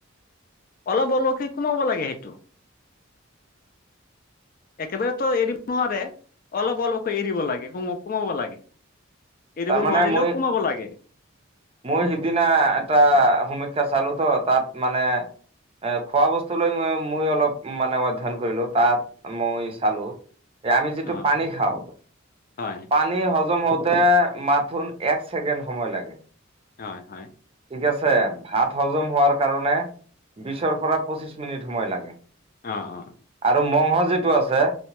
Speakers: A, on the left; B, on the right.
A: অলপ অলপকে কমাব লাগে সেইটো। একেবাৰে তো এৰিব নোৱাৰে। অলপ অলপকৈ এৰিব লাগে, কমাব লাগে, এৰিব
B: তাৰমানে
A: নোৱাৰিলেও
B: মই
A: কমাব লাগে।
B: মই সিদিনা এটা সমীক্ষা চালো তো, তাত মানে এ খোৱা বস্তু লৈ মই অলপ মানে অধ্যয়ন কৰিলো, তাত মই চালো। এ আমি যিটো
A: অ
B: পানী খাওঁ
A: হয়
B: পানী হজম হওঁতে মাথোন এক ছেকেণ্ড সময় লাগে।
A: হয়, হয়।
B: ঠিক আছে। ভাত হজম হোৱাৰ কাৰণে বিশৰ পৰা পঁচিশ মিনিট সময় লাগে।
A: অ', অ'।
B: আৰু মংহ যিটো আছে,